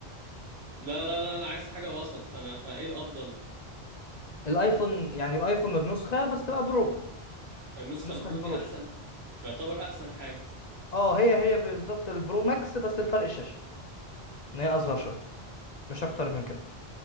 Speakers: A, on the right; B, on the left.
A: لا لا لا انا عايز حاجة وسط فانا فايه الافضل
B: الايفون يعني الايفون النسخه بس تبقى برو
A: النسخة
B: النسخه
A: البرو
B: البرو
A: دي احسن يعتبر احسن حاجة
B: اه هي هي بالظبط البرو ماكس بس الفرق الشاشه ان هي اصغر شويه مش اكتر من كده